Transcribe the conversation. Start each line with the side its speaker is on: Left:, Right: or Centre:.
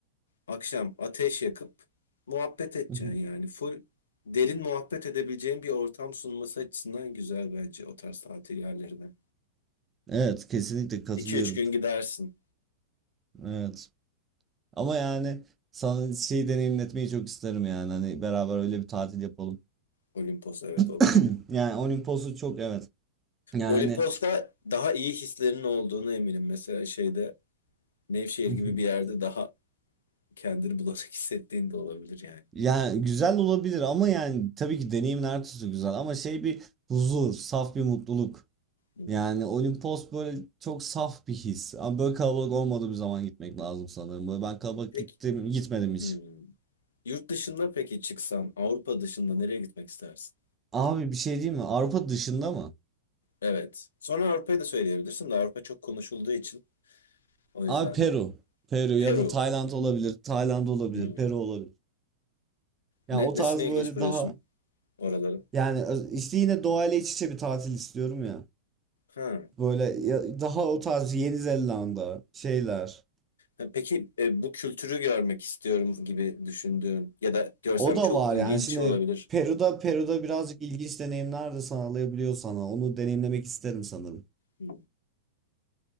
Left: akşam ateş yakıp muhabbet edeceksin
Right: <laughs>
Left: yani full derin muhabbet edebileceğin bir ortam sunması açısından güzel bence o tarz tatil yerleri de.
Right: Evet kesinlikle katılıyorum.
Left: 2 üç gün gidersin.
Right: Evet. Ama yani sana şey deneyimletmeyi çok isterim yani hani beraber öyle bir tatil yapalım.
Left: Olimpos evet
Right: <clears throat>
Left: o da çok.
Right: Yani Olimpos'u çok evet. Yani
Left: Olimpos'ta daha iyi hislerin olduğunu eminim. Mesela şeyde Nevşehir
Right: <laughs>
Left: gibi bir yerde daha kendini bulanık <laughs> hissettiğin de olabilir yani.
Right: Yani güzel olabilir ama yani tabii ki deneyimin her türlüsü güzel ama şey bir huzur, saf bir mutluluk.
Left: Hı hı.
Right: Yani Olimpos böyle çok saf bir his. Ama böyle kalabalık olmadığı bir zaman gitmek lazım sanırım. Böyle ben kalabalık
Left: Peki
Right: gittim, gitmedim hiç.
Left: hmm. Yurt dışında peki çıksan Avrupa dışında nereye gitmek istersin?
Right: Abi bir şey diyeyim mi? Avrupa dışında mı?
Left: Evet. Sonra Avrupa'yı da söyleyebilirsin de Avrupa çok konuşulduğu için o yüzden
Right: Abi Peru. Peru
Left: Peru.
Right: ya da Tayland olabilir. Tayland olabilir.
Left: Hmm.
Right: Peru olabilir. Yani
Left: Ne,
Right: o
Left: nesine
Right: tarz
Left: ilginç
Right: böyle
Left: buluyorsun
Right: daha
Left: oraların?
Right: yani öz- işte yine doğayla iç içe bir tatil istiyorum ya.
Left: Ha.
Right: Böyle ya- daha o tarz Yeni Zelanda şeyler.
Left: E, Peki e, bu kültürü görmek istiyorum gibi düşündüğün ya da görsem
Right: O da
Left: çok
Right: var
Left: ilginç
Right: yani şimdi
Left: olabilir.
Right: Peru'da Peru'da birazcık ilginç deneyimler de sağlayabiliyor sana. Onu deneyimlemek isterim sanırım.
Left: Hı,